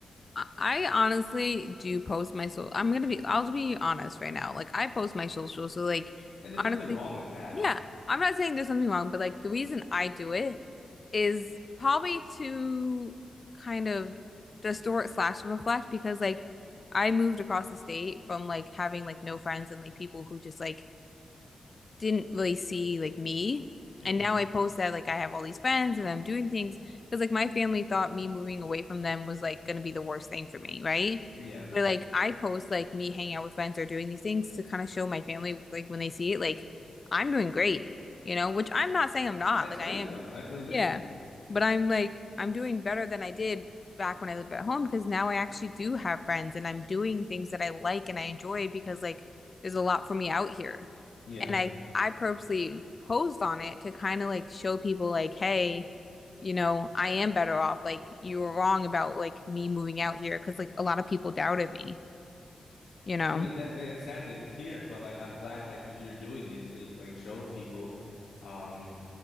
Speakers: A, on the left; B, on the left.
A: I I honestly do post my social. I'm gonna be I'll be honest right now. Like I post my social, so like
B: And there's
A: honestly,
B: nothing wrong with that.
A: yeah, I'm not saying there's something wrong, but like the reason I do it is probably to kind of distort slash reflect because like I moved across the state from like having like no friends and like people who just like didn't really see like me.
B: hmm
A: And now I post that like I have all these friends and I'm doing things because like my family thought me moving away from them was like gonna be the worst thing for me, right?
B: Yeah.
A: But like I post like me hanging out with friends or doing these things to kind of show my family like when they see it, like I'm doing great, you know, which I'm not saying I'm not,
B: That's
A: like
B: good
A: I am.
B: though. That's really good
A: Yeah.
B: for you.
A: But I'm like I'm doing better than I did back when I lived at home because now I actually do have friends and I'm doing things that I like and I enjoy because like there's a lot for me out here.
B: Yeah.
A: And I I purposely posed on it to kind of like show people like, hey, you know, I am better off. Like you were wrong about like me moving out here because like a lot of people doubted me, you know.
B: I mean that it's sad to hear, but like I'm glad like you- you're doing it so you can like show people. Um,